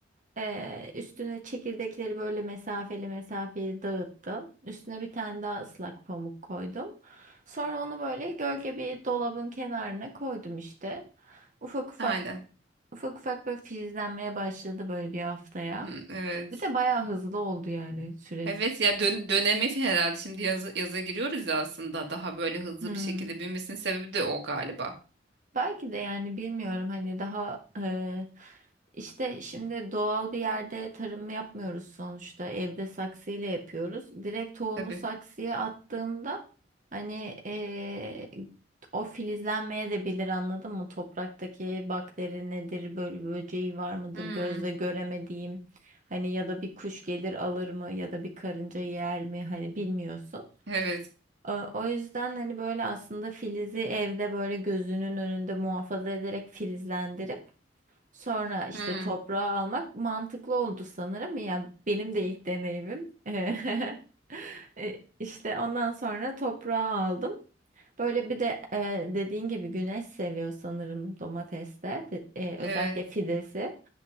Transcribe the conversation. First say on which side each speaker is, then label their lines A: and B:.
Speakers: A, on the right (about 45°); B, on the right (about 65°).
A: ee, üstüne çekirdekleri böyle mesafeli mesafeli dağıttım. Üstüne bir tane daha ıslak pamuk koydum. Sonra onu böyle gölge bir dolabın kenarına koydum işte. Ufak ufak
B: aynen.
A: ufak ufak böyle filizlenmeye başladı böyle bir haftaya.
B: Hmm, evet.
A: Bir de bayağı hızlı oldu yani süreç.
B: Evet ya dön dönemi herhalde şimdi yazı yaza giriyoruz ya aslında daha böyle hızlı
A: Hmm.
B: bir şekilde büyümesinin sebebi de o galiba.
A: Belki de yani bilmiyorum hani daha e, işte şimdi doğal bir yerde tarım yapmıyoruz sonuçta evde saksıyla yapıyoruz. Direkt tohumu
B: Tabii.
A: saksıya attığımda hani e, o filizlenmeye de bilir anladın mı? Topraktaki bakteri nedir, böyle böceği var mıdır
B: Hmm,
A: gözle göremediğim hani ya da bir kuş gelir alır mı ya da bir karınca yer mi hani bilmiyorsun.
B: evet.
A: O o yüzden hani böyle aslında filizi evde böyle gözünün önünde muhafaza ederek filizlendirip sonra işte
B: Hmm,
A: toprağa almak mantıklı oldu sanırım. ya benim de ilk deneyimim. <laughs> E, İşte ondan sonra toprağa aldım. Böyle bir de e, dediğin gibi güneş seviyor sanırım domateste. De- e, özellikle
B: evet.
A: fidesi.